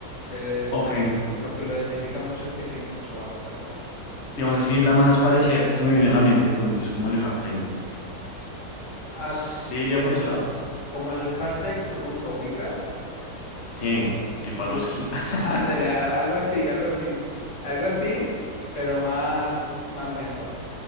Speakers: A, on the left; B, on the left.
A: el
B: ok.
A: prim- lo que lo identifica mucho es que tenga mucho bajo, tal cual.
B: Digamos así, la más parecida que se me viene a la mente de pronto es como el hard techno.
A: Ah,
B: ¿Sí iría por ese lado?
A: como el Hardtech ruso, ¿ubicas?
B: Sí, Tripalowski.
A: Un-
B: <laughs>
A: <laughs> ándale, a- algo así, algo así. Algo así, pero más, más lento.